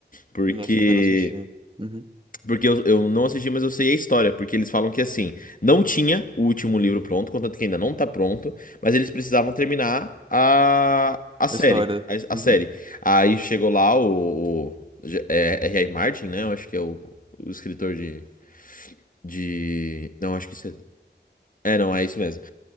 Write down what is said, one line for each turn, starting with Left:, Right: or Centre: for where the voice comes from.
Left: Porque...
Right: Mas também não assisti. Uhum.
Left: Porque eu, eu não assisti, mas eu sei a história. Porque eles falam que assim, não tinha o último livro pronto, contanto que ainda não tá pronto, mas eles precisavam terminar a, a série.
Right: A história.
Left: A,
Right: Uhum.
Left: a série. Aí chegou lá o, o J- é, R.R. Martin, né? Eu acho que é o, o escritor de, de. Não, acho que isso é. É, não, é isso mesmo.